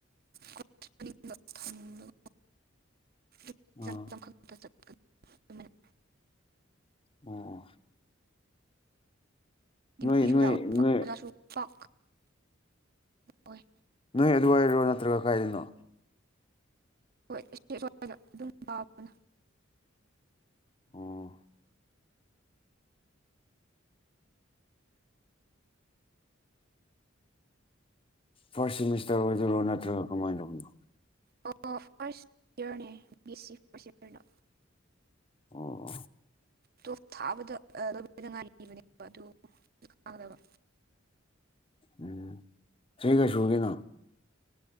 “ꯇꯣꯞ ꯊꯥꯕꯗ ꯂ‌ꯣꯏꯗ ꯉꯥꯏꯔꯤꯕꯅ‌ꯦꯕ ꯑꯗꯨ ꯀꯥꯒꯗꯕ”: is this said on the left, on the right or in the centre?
Right